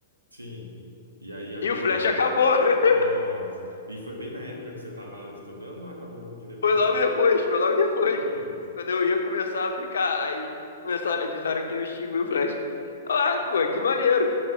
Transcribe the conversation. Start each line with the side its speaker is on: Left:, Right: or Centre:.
Right: sim. E aí acabou.
Left: E o flash acabou. <laughs>
Right: Nossa. E foi bem na época que você estava estudando ou acabou um pouquinho depois?
Left: Foi logo depois, foi logo depois.
Right: Putz.
Left: Quando eu ia começar a aplicar. Aí eles começaram, disseram que eu extingui o flash. Ah, pô, que maneiro.